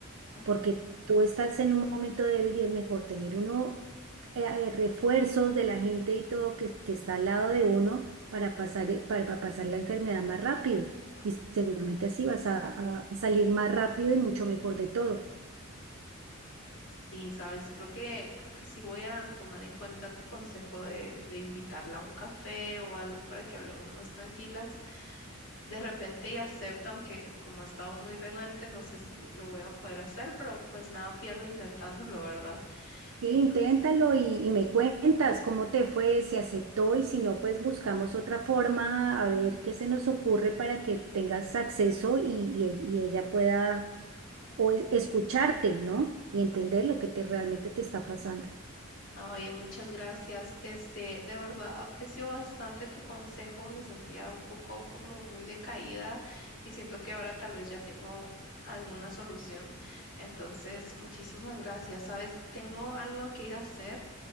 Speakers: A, on the left (about 65°); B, on the right (about 70°).
A: ujú,
B: porque tú estás en un momento débil y es mejor tener uno eh, eh, refuerzos de la gente y todo que, que está al lado de uno para pasar, eh, para, para pasar la enfermedad más rápido.
A: ujú.
B: Y seguramente así vas a, a- a salir más rápido y mucho mejor de todo.
A: Sí, sabes, creo que, creo que sí voy a tomar en cuenta tu consejo de, de invitarla a un café o algo para que hablemos más tranquilas. De repente ella acepta, aunque como ha estado muy renuente, no sé si lo voy a poder hacer, pero pues nada pierdo intentándolo, ¿verdad?
B: Sí,
A: Entonces,
B: inténtalo y, y me cuentas cómo te fue, si aceptó y si no, pues buscamos otra forma a ver qué se nos ocurre para que tengas acceso y, y- y ella pueda o es- escucharte, ¿no? Y entender lo que te,
A: eh,
B: realmente te está pasando.
A: Ah, Oye, muchas gracias. Este, de verdad aprecio bastante tu consejo. Me sentía un poco como muy decaída y siento que ahora tal vez ya tengo alguna solución. Entonces, muchísimas gracias. Sabes, tengo algo que ir a hacer.